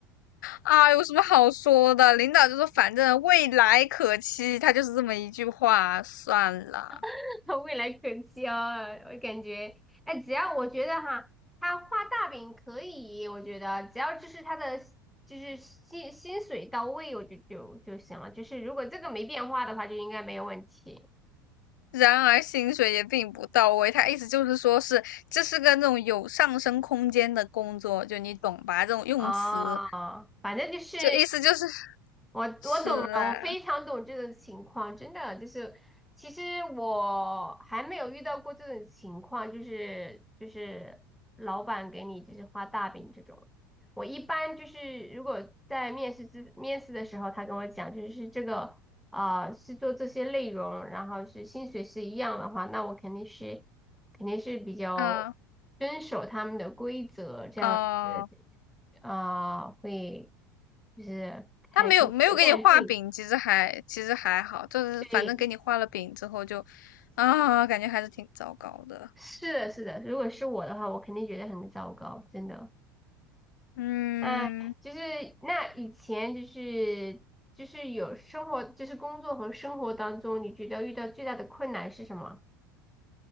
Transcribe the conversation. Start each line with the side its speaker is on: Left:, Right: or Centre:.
Left: 啊，有什么好说的？领导就说反正未来可期，他就是这么一句话，算了。
Centre: <laughs> 未来可期哦，我感觉，哎，只要我觉得哈，他画大饼可以，我觉得只要就是他的就是薪薪水到位，我就就就行了。就是如果这个没变化的话，就应该没有问题。
Left: 然而薪水也并不到位，他意思就是说是这是个那种有上升空间的工作，就你懂吧？这种用词，
Centre: 哦，反正就是
Left: 就意思就是
Centre: 我我懂了，
Left: 是啊，
Centre: 我非常懂这种情况，真的就是其实我还没有遇到过这种情况，就是就是老板给你就是画大饼这种。我一般就是如果在面试之面试的时候，他跟我讲就是这个啊、是做这些内容，然后是薪水是一样的话，那我肯定是肯定是比较
Left: 啊
Centre: 遵守他们的规则这样子。
Left: 哦，
Centre: 啊、会就是还跟有干劲。
Left: 他没有没有给你画饼，其实还其实还好，就是反正给你画了饼之后就
Centre: 对，
Left: 啊，感觉还是挺糟糕的，
Centre: 是的，是的。如果是我的话，我肯定觉得很糟糕，真的。
Left: 嗯。
Centre: 哎，就是那以前就是就是有生活，就是工作和生活当中，你觉得遇到最大的困难是什么？